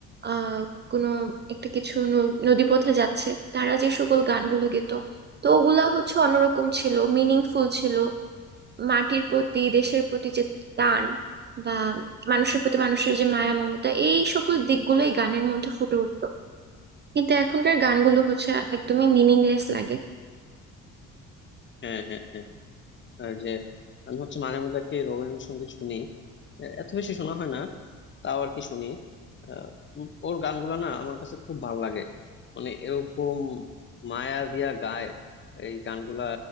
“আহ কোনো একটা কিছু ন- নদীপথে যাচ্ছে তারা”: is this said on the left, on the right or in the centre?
Right